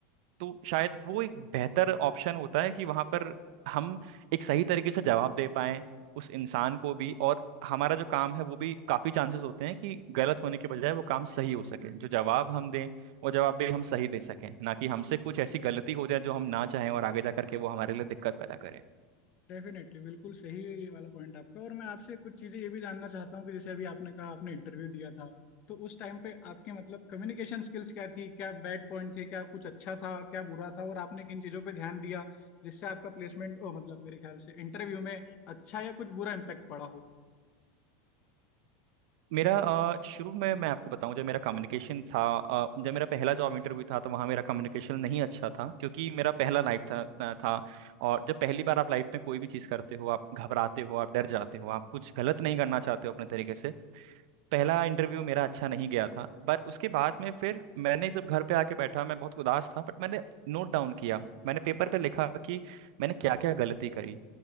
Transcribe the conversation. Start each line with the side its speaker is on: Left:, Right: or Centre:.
Right: तो शायद वो एक बेहतर ऑप्शन होता है कि वहां पर हम एक सही तरीके से जवाब दे पाएं उस इंसान को भी और हमारा जो काम है वो भी काफी चांसेस होते हैं कि गलत होने के बजाय वो काम सही हो सके जो जवाब हम दें वो जवाब भी हम सही दे सकें ना कि हमसे कुछ ऐसी गलती हो जाए जो हम ना चाहें और आगे जा करके वो हमारे लिए दिक्कत पैदा करे
Left: डेफिनेटली बिल्कुल सही है ये वाला पॉइंट आपका और मैं आपसे कुछ चीजें ये भी जानना चाहता हूँ कि जैसे अभी आपने कहा आपने इंटरव्यू दिया था तो उस टाइम पे आपके मतलब कम्युनिकेशन स्किल्स क्या थी क्या बैड पॉइंट थे क्या कुछ अच्छा था क्या बुरा था और आपने किन चीजों पे ध्यान दिया जिससे आपका प्लेसमेंट ओ मतलब मेरे ख्याल से इंटरव्यू में अच्छा या कुछ बुरा इम्पैक्ट पड़ा हो
Right: मेरा अ, शुरू में मैं आपको बताऊं जब मेरा कम्युनिकेशन था अ, जब मेरा पहला जॉब इंटरव्यू था तो वहाँ मेरा कम्युनिकेशन नहीं अच्छा था क्योंकि मेरा पहला लाइफ था था था। और जब पहली बार आप लाइफ में कोई भी चीज़ करते हो आप घबराते हो आप डर जाते हो आप कुछ गलत नहीं करना चाहते हो अपने तरीके से पहला इंटरव्यू मेरा अच्छा नहीं गया था पर उसके बाद में फिर मैंने जब घर पे आके बैठा मैं बहुत उदास था बट मैंने नोट डाउन किया मैंने पेपर पे लिखा कि मैंने क्या क्या गलती करी